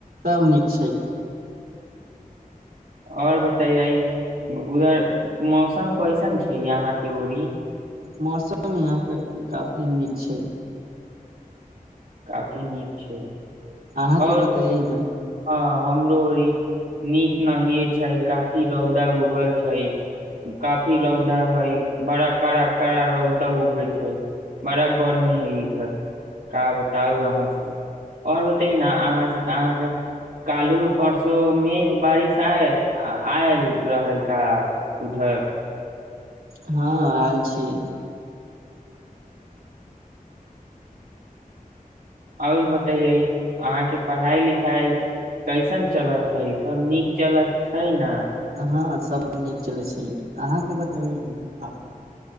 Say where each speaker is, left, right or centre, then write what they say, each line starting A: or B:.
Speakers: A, on the right; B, on the right.
A: सब नीक छै
B: आओर बतेयै उधर मौसम कैसन छै यहाँके रीी
A: मौसम यहाँके काफी नीक छै।
B: काफी नीीक छै।
A: अहाँके
B: और
A: बताैै ने
B: हँ, हमरो नीक नहि छै। काफी रौद उगल छै। एतऽ बहुत रौद हय, बड़ कड़ा-कड़ा रौद उगै छै। बड़ गर्मी हय इधर। बताउ, अहाँसँ आओर बतियाउ ने। अहाँक ओतऽ काल्हि-परसू मेघ-बरखा आयल रहै कि नहि?
A: हँ आयल छी <unintelligible>
B: आओर बतैये, अहाँकेँ पढ़ाइ-लिखाइ कैसन चलि रहल हइ? सभ नीक चलि रहल हइ ने?
A: हँ सब नीक चलै छै अहाँके बतैे आ